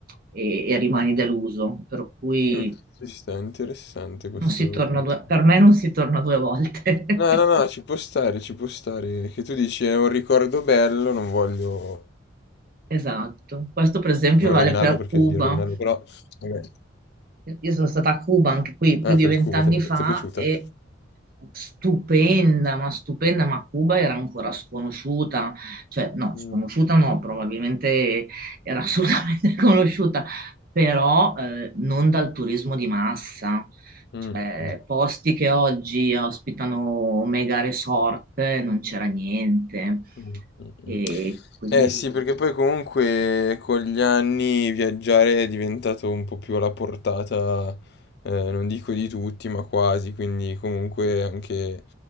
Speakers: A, on the right (about 45°); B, on the left (about 55°).
A: e, e rimani deluso. Per cui
B: Mm, ci sta, interessante questo
A: non si torna
B: pensiero.
A: due- per me non si torna due volte. <laughs>
B: No, no, no, ci può stare, ci può stare. Che tu dici è un ricordo bello, non voglio
A: Esatto. Questo per esempio
B: non
A: vale
B: rovinarlo
A: per
B: perché
A: Cuba.
B: devi rovinarlo, però... vabbè.
A: Io sono stata a Cuba anche qui più
B: Ah,
A: di
B: per
A: vent'anni
B: Cuba, ti è,
A: fa
B: ti è piaciuta?
A: e stupenda, ma stupenda, ma Cuba era ancora sconosciuta, cioè no,
B: Mm,
A: sconosciuta no, probabilmente era assolutamente <laughs> conosciuta, però eh, non dal turismo di massa.
B: mm,
A: Cioè,
B: mm.
A: posti che oggi ospitano mega resort, eh, non c'era niente.
B: Mh, mh,
A: E
B: mh.
A: quindi...
B: Eh sì, perché poi comunque con gli anni viaggiare è diventato un po' più alla portata, eh, non dico di tutti, ma quasi, quindi comunque anche